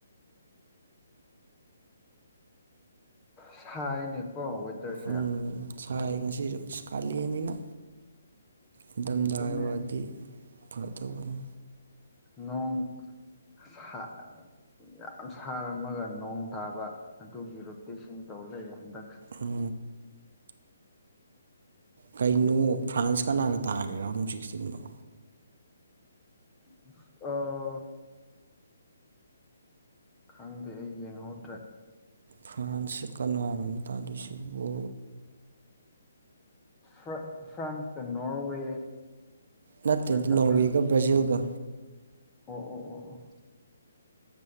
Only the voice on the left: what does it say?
ꯁꯥꯏꯅꯦꯀꯣ ꯋꯦꯗꯔꯁꯦ
ꯑꯗꯨꯅꯦ
ꯅꯣꯡ <unintelligible> ꯌꯥꯝ ꯁꯥꯔꯝꯃꯒ ꯅꯣꯡ ꯇꯥꯕ ꯑꯗꯨꯒꯤ ꯔꯨꯇꯦꯁꯟ ꯇꯧꯔ ꯂꯩꯔꯦ ꯍꯟꯗꯛꯁꯦ
ꯑꯁ ꯑ ꯈꯪꯗꯦ ꯑꯩ ꯌꯦꯡꯍꯧꯗ꯭ꯔꯦ
ꯐ꯭ꯔꯥ ꯐ꯭ꯔꯥꯟꯁ ꯀ ꯅꯣꯔꯋꯦ
ꯅꯠꯇꯕ꯭ꯔꯥ
ꯑꯣ ꯑꯣ ꯑꯣ ꯑꯣ